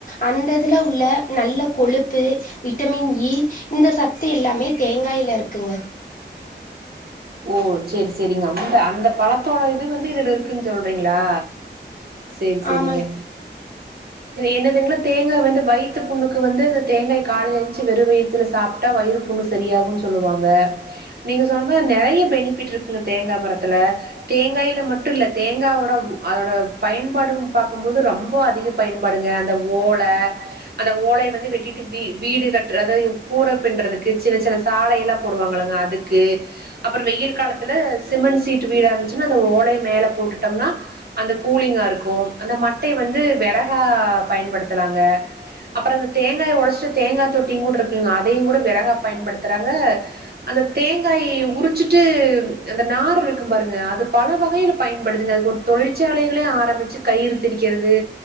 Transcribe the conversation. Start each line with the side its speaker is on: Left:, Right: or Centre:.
Left: அந்ததுல உள்ள நல்ல கொழுப்பு விட்டமின் ஈ இந்த சத்து எல்லாமே தேங்காய்யில இருக்குங்க
Right: ஓ செரி செரிங்க அந்த அந்த பழத்தோட இது வந்து இதுல இருக்குன்னு சொல்றீங்களா செரி செரிங்க
Left: ஆமாங்க
Right: என்னதுங்களா தேங்காய் வந்து வயிற்று புண்ணுக்கு வந்து இந்த தேங்காய் காலைல எழுந்துருச்சு வெறும் வயித்துல சாப்பிட்டா வயிறு புண்ணு சரியாகும்ன்னு சொல்லுவாங்க நீங்க சொன்ன மா நிறைய பெனிபிட் இருக்குங்க தேங்காய் மரத்தில் தேங்காயில் மட்டும் இல்ல தேங்காயட அதோட பயன்பாடும் பார்க்கும்பது ரொம்ப அதிக பயன்பாடுங்க அந்த ஓல அந்த ஓல வந்து வெட்டிட்டு வீ வீடு கட்டுற அதாவது கூரை பின்ன்றறதுக்கு சின்ன சின்ன சாலையல்லாம் போடுவாங்கங்கள அதுக்கு அப்புறம் வெயில் காலத்துல சிமெண்ட் சீட்டு வீடா இருந்துச்சுன்னா அந்த ஓலைய மேலே போட்டுட்டோம்னா அந்த கூலிங்கா இருக்கும் அந்த மட்டை வந்து விறகா பயன்படுத்தலாங்க அப்புறம் அந்த தேங்காய் உடைச்சிட்டு தேங்காய் தொட்டியும் கூட இருக்குங்க அதையும் கூட விறகா பயன்படுத்துறாங்க அந்த தேங்காய் உரிச்ச உறுசீட்டு நார் இருக்கும் பாருங்க அது பல வகையில் பயன்படுங்க அது ஒரு தொழிற்சாலைகள ஆரம்பிச்சு கயிறுத்தக்கிறது